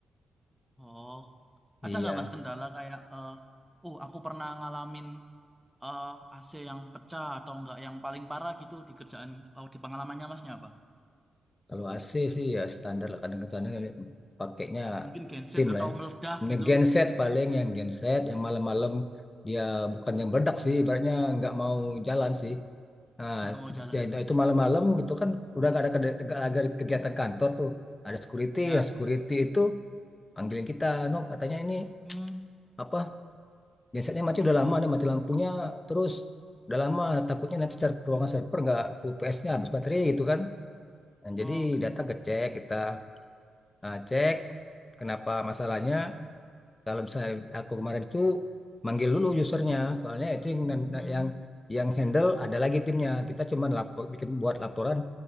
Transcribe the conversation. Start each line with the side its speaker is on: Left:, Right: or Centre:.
Centre: Oh.
Left: Iya,
Centre: Ada nggak Mas kendala kayak, eh oh aku pernah ngalamin eh AC yang pecah atau enggak yang paling parah gitu di kerjaan, oh, di pengalamannya Masnya apa?
Left: kalau AC sih ya standar lah kadang-kadang pakainya
Centre: Mungkin genset
Left: tim lah
Centre: atau
Left: ya.
Centre: meledak
Left: Nah,
Centre: gitu,
Left: genset paling yang genset yang malam-malam dia bukan yang berdak sih, ibaratnya nggak mau jalan sih. Nah,
Centre: nggak mau jalan.
Left: dia- itu malam-malam gitu kan udah nggak ada, kede- nggak ada kegiatan kantor tuh. Ada security,
Centre: Ya.
Left: ya security itu panggilin kita, Nob, katanya ini
Centre: Hmm.
Left: apa gensetnya mati udah lama nih mati lampunya terus udah lama takutnya nanti ser- ruangan server nggak UPS-nya habis baterai gitu kan Nah,
Centre: Oh,
Left: jadi
Centre: oke.
Left: data ngecek kita Nah, cek kenapa masalahnya kalau misalnya aku kemarin itu manggil dulu usernya soalnya itu yang
Centre: Hmm.
Left: yang yang handle ada lagi timnya kita cuman lapor bikin buat laporan